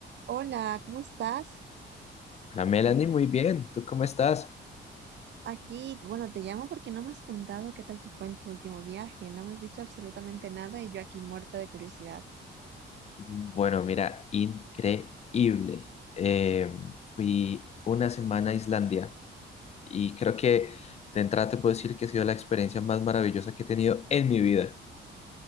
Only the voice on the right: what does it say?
Hola, ¿cómo estás?
Aquí, bueno, te llamo porque no me has contado qué tal te fue en tu último viaje, no me has dicho absolutamente nada y yo aquí muerta de curiosidad.